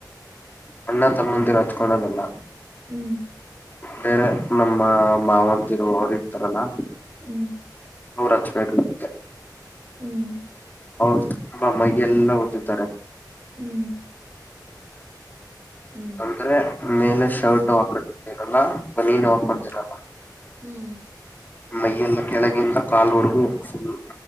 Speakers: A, on the left (about 25°); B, on the right (about 30°).
A: ಅಣ್ಣ ತಮ್ಮಂದಿರು ಹತ್ಕಳೋದೆಲ್ಲ
B: ಹ್ಮ್
A: ಬೇರೆ ನಮ್ಮ ಮಾವಂತಿರು ಅವ್ರ ಇರ್ತಾರಲ್ಲ
B: ಹ್ಮ್ ಹ್ಮ್
A: ನೂರು ಹಚ್ಬೇಕುಗೆ
B: ಹ್ಮ್
A: ಹೌದು ತುಂಬಾ ಮೈ ಎಲ್ಲಾ ಉದ್ದುತ್ತಾರೆ
B: ಹ್ಮ್ ಹ್ಮ್
A: ಅಂದ್ರೆ ಮೇಲೆ ಶರ್ಟ್ ಹಾಕರಲ್ಲ ಬಲಿ ನ ಆಕೊಂಡ
B: ಹ್ಮ್ ಹ್ಮ್
A: ಮೈಯೆಲ್ಲ ಕೆಳಗಿಂದ ಕಾಲ್ವರೆಗೂ ಫುಲ್